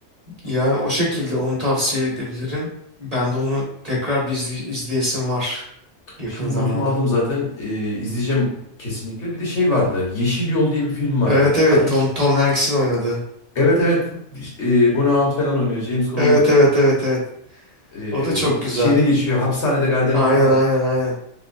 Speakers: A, on the right (about 40°); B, on the left (about 70°).
A: Yani o şekilde onu tavsiye edebilirim. Ben de onu tekrar bir izley- izleyesim var yakın
B: Şimdi
A: zamanda.
B: notumu aldım zaten. Ee, izleyeceğim kesinlikle. Bir de şey vardı. Yeşil Yol diye bir film vardı.
A: Evet evet
B: Ta ilk.
A: Tom Tom Hanks'in oynadığı.
B: Evet evet. Ee, Bonnie Hunt falan oynuyor. James Cromwell.
A: Evet evet evet evet.
B: Ee,
A: O da çok
B: bu
A: güzel.
B: şeyde geçiyor. Hapishanede gardiyanlık
A: Aynen
B: yapan.
A: aynen aynen.